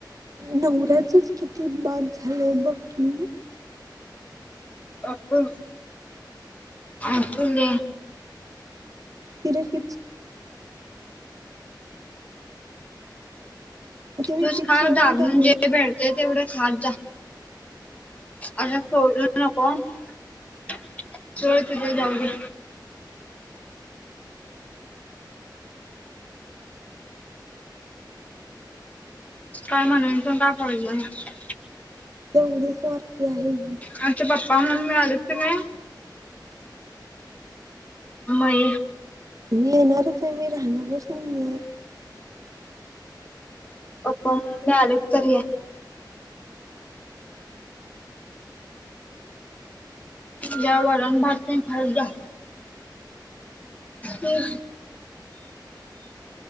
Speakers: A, on the right; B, on the left.
A: नवऱ्याचच किती बाद झालंय बघ की
B: अण. तज
A: तिर फ तिने
B: तूच
A: चिप्स
B: खा
A: आणून
B: जाून
A: टाकले
B: जे भेटते तेवढं खाात जा असं सोडू नको च तुझे जाऊ दे काय म्हणून पण काय फायदा नाय.
A: केवडी स्वार्थी आहे?
B: आमचे पप्पा मम्मी आलेत का नाय मई
A: जाणारच आहे मी. राहणार चं नाहीये.
B: पण मी आले तरी ज वरण भात तेन खायजा जा. ह.